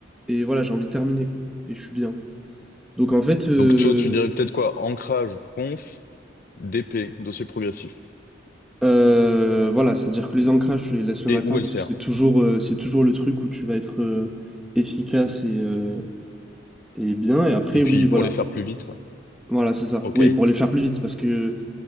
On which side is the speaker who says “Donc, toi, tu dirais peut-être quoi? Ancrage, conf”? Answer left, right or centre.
Left